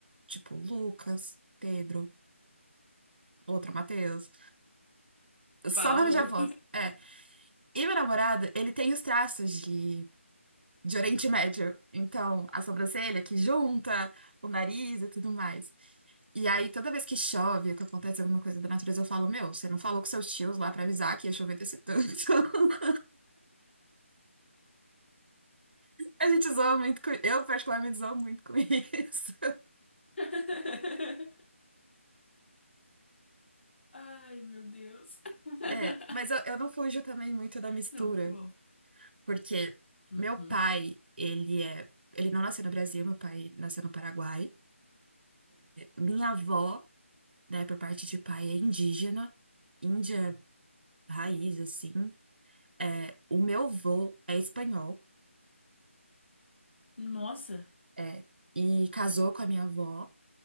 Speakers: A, on the right; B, on the left.
A: Tipo Lucas, Pedro, outro Mateus. Só
B: Paulo.
A: nome de apóstolo. É. E meu namorado, ele tem os traços de, de Oriente Médio. Então, a sobrancelha que junta, o nariz e tudo mais. E aí, toda vez que chove, ou que acontece alguma coisa da natureza, eu falo, meu, você não falou com seus tios lá pra avisar que ia chover desse tanto. <laughs> A gente zoa muito com... Eu, particularmente, zoo muito com isso.
B: <laughs> Ai, meu Deus. <laughs>
A: É, mas eu, eu não fujo também muito da mistura,
B: Não, muito bom.
A: porque
B: Uhum.
A: meu pai, ele é, ele não nasceu no Brasil, meu pai nasceu no Paraguai. Minha avó, né, por parte de pai, é indígena, índia raiz, assim. É, o meu avô é espanhol,
B: Nossa,
A: é, e casou com a minha avó.